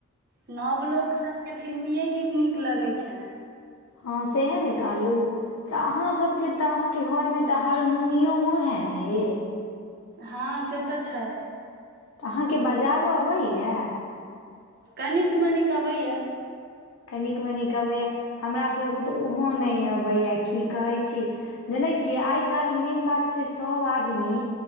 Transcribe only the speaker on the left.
हँ सएहे ने कहलू तऽ अहाँ सभके तऽ अहाँके घरमे तऽ हारमोनियमो हइ ने यइ
तऽ अहाँके बजाबऽ अबैया
की
कनिक मनिक अबैए हमरा सभके तऽ ओहो नय अबैए की कहैत छी जनै छियै आइ काल्हि मेन बात छै सभ आदमी